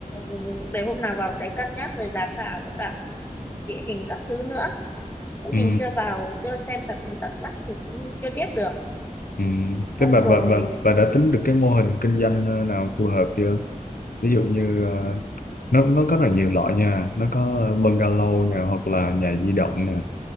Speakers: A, on the left; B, on the left.
A: ừ, để hôm nào vào đấy cân nhắc về giá cả với cả địa hình các thứ nữa Chứ
B: ừ,
A: mình chưa vào chưa xem tận tận mắt thì cũng chưa biết được
B: ừ.
A: xong
B: thế bà, bà
A: rồi
B: bà bà đã tính được cái mô hình kinh doanh ờ, nào phù hợp chưa ví dụ như ờ, nó nó có rất là nhiều loại nha nó có bungalow nè hoặc là nhà di động nè